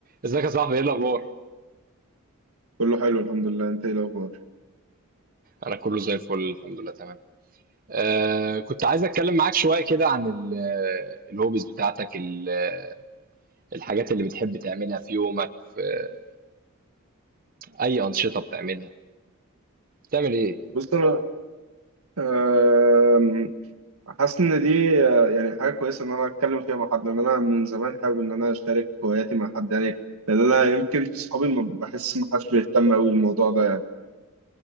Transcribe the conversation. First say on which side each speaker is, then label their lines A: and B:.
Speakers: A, on the right (about 40°); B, on the right (about 85°).
A: ازيك يا صاحبي ايه الاخبار
B: كله حلو الحمد لله انت ايه الاخبار
A: انا كله زي الفل الحمد لله تمام آه كنت عايز اتكلم معاك شويه كده عن ال- الهوبيز بتاعتك ال- آه، الحاجات اللي بتحب تعملها في يومك في اي انشطه بتعملها بتعمل ايه
B: بص انا آم، حاسس ان دي آه، يعني حاجه كويسه ان انا اتكلم فيها مع حد لان انا من زمان حابب ان انا اشارك هواياتي مع حد يعني لان انا يمكن في صحابي ما بحس ما حدش بيهتم قوي بالموضوع ده يعني